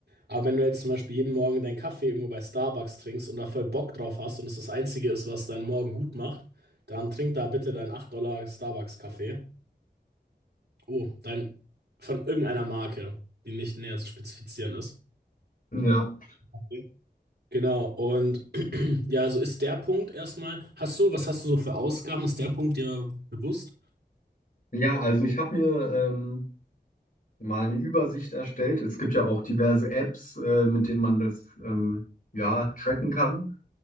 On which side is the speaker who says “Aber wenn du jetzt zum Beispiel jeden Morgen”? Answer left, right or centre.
Right